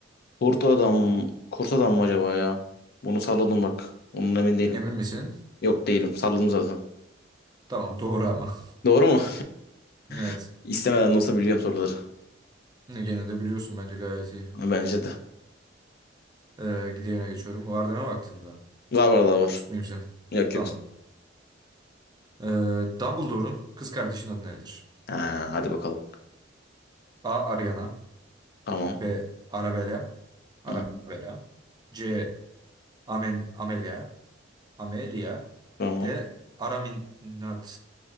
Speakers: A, on the left; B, on the right.
A: Kurt adam. Kurt adam mı acaba ya? Bunu salladım bak. Bunun emin değilim.
B: Emin misin?
A: Yok değilim. Salladım zaten.
B: Tamam doğru ama. <laughs>
A: Doğru mu?
B: Evet.
A: <laughs> İstemeden de olsa biliyorum soruları.
B: Ne, Gene de biliyorsun bence gayet iyi.
A: Bence de.
B: Ee, diğerine geçiyorum. Var deme vaktinde daha.
A: Var var daha var.
B: Tutmayayım seni.
A: Yok
B: Tamam.
A: yok.
B: Ee, Dumbledore'un kız kardeşinin adı nedir?
A: Ha, hadi bakalım.
B: A. Ariana
A: Tamam.
B: B. Arabella. Arabella.
A: Hı hı,
B: C. Amen, Amelia. Amelia.
A: Tamam.
B: D. Araminat.